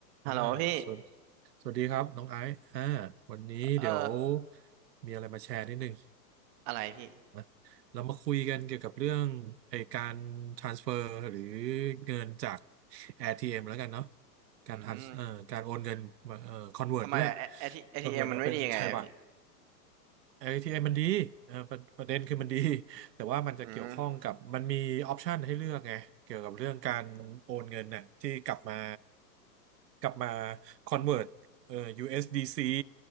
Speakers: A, on the right; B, on the right.
A: ฮัลโหลพี่
B: อ่าสวัสสวัสดีครับน้องไอซ์อ่าวันนี้เดี๋ยว
A: เออ
B: มีอะไรมาแชร์นิดนึง
A: อะไรพี่
B: นะเรามาคุยกันเกี่ยวกับเรื่องไอการ transfer หรือเงินจาก ATM แล้วกันเนาะการ
A: อืม
B: trans เอ่อการโอนเงินมาเอ่อ convert
A: ทำไมอะเอทีเอทีเอ็มมันไม่ดียังไงอะพี่
B: ด้วย convert มาเป็นไทยบาท เอ t m มมันดีเออประประเด็นคือมันดีแต่ว่ามันจะเกี่ยวข้องกับมันมีออปชันให้เลือกไงเกี่ยวกับเรื่องการโอนเงินน่ะที่กลับมา
A: อืม
B: กลับมา convert เอ่อ USDC